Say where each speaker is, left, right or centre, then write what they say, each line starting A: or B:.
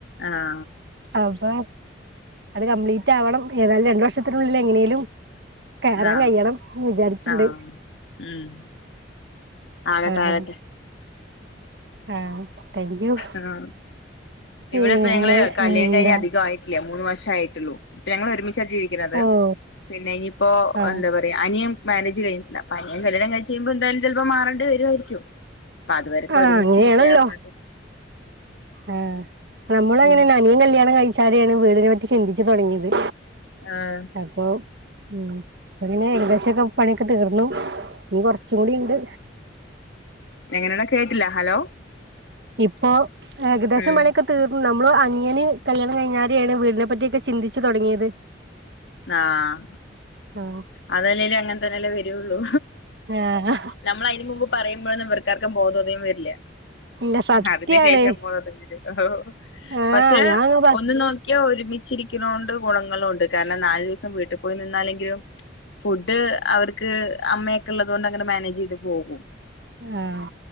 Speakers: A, on the left (about 75°); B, on the right (about 60°).
A: ആഹ് ആ
B: അപ്പ അത് കംപ്ലീറ്റ് ആവണം ഏതായാലും രണ്ടു വർഷത്തിനുള്ളിൽ എങ്ങനെലും കേറാൻ
A: ആഹ്
B: കഴിയണം എന്ന് വിചാരിക്കണ്ട്
A: ആഹ് ഉം ആകട്ടെ
B: ആഹ്
A: ആകട്ടെ
B: ആഹ് താങ്ക് യു
A: ആഹ്
B: പിന്നെ
A: ഇവിടെ ഇപ്പം ഞങ്ങള് കല്യാണം
B: എന്താ
A: കഴിഞ്ഞ് അധികായി ട്ടില്ല മൂന്ന് വർഷായിട്ടൊള്ളു ഇപ്പം ഞങ്ങള് ഒരുമിച്ചാ ജീവി ക്കണത്
B: ഓഹ്
A: പിന്നെ ഇനിയിപ്പോ
B: ആഹ്
A: എന്താ പറയാ അനിയൻ മാര്യേജ് കഴിഞ്ഞിട്ടില്ല അപ്പം അനിയൻ കല്യാണം കഴിച്ച് കഴിയുമ്പോൾ എന്തായാലും ചെലപ്പോ മാറണ്ടി വരുവായിരിക്കും അപ്പൊ അതുവരേക്കും
B: ആഹ്
A: ഒരുമിച്ചിരിക്കാ
B: അങ്ങനെയാണല്ലോ
A: പറഞ്ഞിട്ട്
B: ആഹ് ഇപ്പം നമ്മളും അങ്ങനെ
A: ഉം
B: തന്നെയാ അനിയൻ കല്യാണം കഴിച്ചാലെയാണ് വീടിനെ പറ്റി ചിന്തിച്ചു തൊടങ്ങീയത്
A: ആഹ്
B: അപ്പൊ ഉം എങ്ങനെയാ ഏകദേശമൊക്കെ പണിയൊക്കെ തീർന്നു ഇനി കൊറച്ചും കൂടി ഇണ്ട്
A: എങ്ങനെയാടാ കേട്ടില്ല ഹലോ
B: ഇപ്പൊ ഏകദേശം
A: ഉം
B: പണിയൊക്കെ തീർന്നു നമ്മള് അനിയന് കല്യാണം കഴിഞ്ഞാലെയാണ് വീടിനെപ്പറ്റിയൊക്കെ ചിന്തിച്ചു തൊടങ്ങിയത്
A: ആഹ്
B: ആഹ്
A: അതല്ലേലും അങ്ങനെ തന്നെ അല്ലേ വരുവൊള്ളൂ
B: ആഹ്
A: നമ്മള് അയിന് മുമ്പ് പറയുമ്പോഴൊന്നും ഇവർക്കാർക്കും ബോധോദയം വരില്ല
B: ഇല്ല സത്യാണ്
A: അതിന് ശേഷം ബോധോദയം വരും ആഹ്
B: ആഹ്
A: പക്ഷെ
B: ഞാൻങ്ങ പ
A: ഒന്ന് നോ ക്കിയാ ഒരുമിച്ചിരിക്കണോണ്ട് ഗുണങ്ങളും ഉണ്ട് കാരണം നാലൂദിസം വീട്ടിൽ പോയി നിന്നാലെങ്കിലും ഫുഡ് അവർക്ക് അമ്മയൊക്കെ ഉള്ളതോണ്ട് അങ്ങനെ മാനേജ് ചെയ്ത് പോകും.
B: ആഹ്